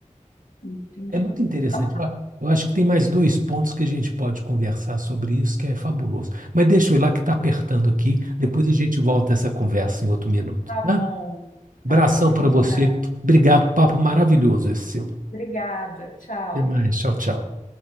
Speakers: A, on the left; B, on the right.
A: Entendi.
B: É muito interessante.
A: Então tá.
B: Ó, Eu acho que tem mais dois pontos que a gente pode conversar sobre isso, que é fabuloso. Mas deixa eu ir lá que está apertando aqui. Depois a gente volta essa conversa em outro minuto,
A: Tá
B: né?
A: bom.
B: Abração
A: Tá joia.
B: para
A: Um
B: você.
A: abraço.
B: Obrigado, papo maravilhoso esse seu.
A: Obrigada. Tchau.
B: Até mais. Tchau, tchau.